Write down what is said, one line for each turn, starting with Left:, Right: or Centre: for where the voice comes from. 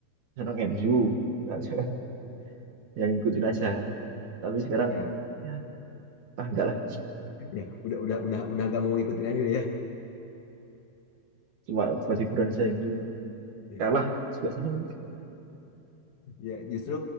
Right: senang MU Sekarang- sekarang ya ngikutin aja tapi sekarang
Left: ya
Right: ya ah enggak lah
Left: ya udah udah udah udah nggak mau ngikutin MU
Right: cuma buat hiburan saya MU
Left: ya
Right: kalah juga seneng
Left: Ya, justru